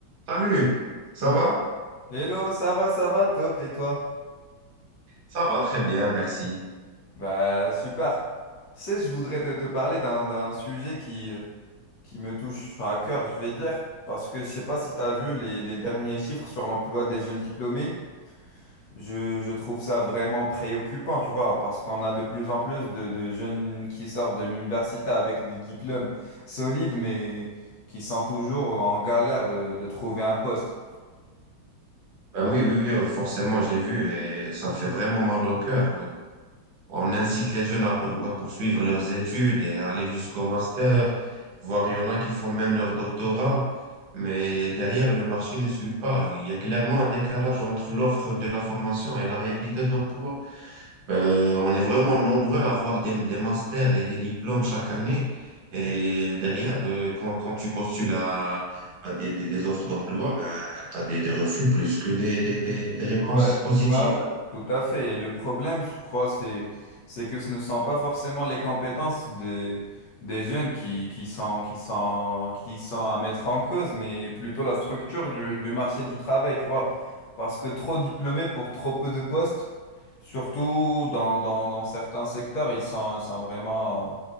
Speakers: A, on the right; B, on the left.
A: Salut, ça va?
B: Hello, ça va, ça va, top, et toi?
A: Ça va très bien, merci.
B: Bah, super. Tu sais, je voudrais te, te parler d'un d'un sujet qui, euh, qui me touche à cœur, je vais dire, parce que je sais pas si tu as vu les, les derniers chiffres sur l'emploi des jeunes diplômés. Je, je trouve ça vraiment préoccupant, tu vois, parce qu'on a de plus en plus de, de jeunes qui sortent de l'université avec des diplômes solides, mais qui sont toujours en galère de de trouver un poste.
A: Ben oui, oui, oui, euh, forcément, j'ai vu et ça fait vraiment mal au cœur. Euh, On incite les jeunes à, pour- à poursuivre leurs études et à aller jusqu'au master, voire il y en a qui font même leur doctorat, mais derrière, le marché ne suit pas. Il y a clairement un décalage entre l'offre de la formation et la réalité de l'emploi. Euh, on est vraiment nombreux à avoir des, des masters et des diplômes chaque année. Et derrière, euh, quand, quand tu postules à, à des, des, des offres d'emploi, ben, tu as des, des refus plus que des, des, des, des réponses
B: Ouais,
A: positives.
B: bah ouais, tout à fait. Et le problème, je crois, c'est, c'est que ce ne sont pas forcément les compétences des, des jeunes qui, qui sont, qui sont, qui sont à mettre en cause, mais plutôt la structure du, du marché du travail, tu vois. Parce que trop diplômés pour trop peu de postes, surtout dans, dans, dans certains secteurs, ils sont, ils sont vraiment euh,